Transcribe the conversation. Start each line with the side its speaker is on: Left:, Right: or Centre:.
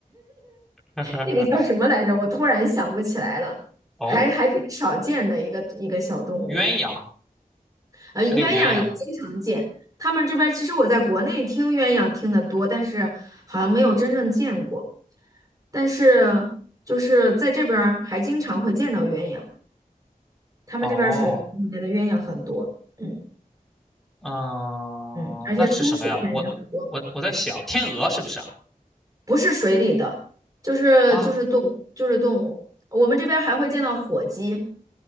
Centre: <laughs>
Right: 那个叫什么来着？我突然想不起来了，
Centre: 哦，
Right: 还还挺少见的一个一个小动物。
Centre: 鸳鸯，
Right: 呃，鸳鸯也经常见。
Centre: 这里有鸳鸯吗
Right: 他们这边其实我在国内听鸳鸯听得多，但是好像没有真正见过。但是就是在这边儿还经常会见到鸳鸯，他们这边儿水河里面的鸳鸯很多。
Centre: 哦，
Right: 嗯
Centre: 嗯，
Right: 嗯，而且松鼠现在也很多，
Centre: 那是什么呀？我我我我在想，天鹅是不是啊？
Right: 不是水里的，就是就是动物，
Centre: 啊
Right: 就是动物。我们这边儿还会见到火鸡，